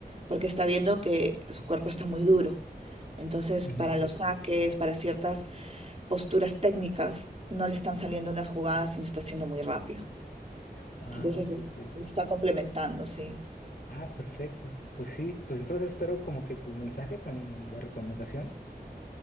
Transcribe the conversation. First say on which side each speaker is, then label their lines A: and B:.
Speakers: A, on the right; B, on the left.
A: porque está viendo que su cuerpo está muy duro. Entonces,
B: ujú.
A: para los Ujú. saques, para ciertas posturas técnicas, no le están saliendo las jugadas y no está siendo muy rápido.
B: Ah,
A: Entonces,
B: sí,
A: es-
B: sí.
A: lo está complementando, sí.
B: Ah, perfecto. Pues sí, pues entonces espero como que tu mensaje con la recomendación.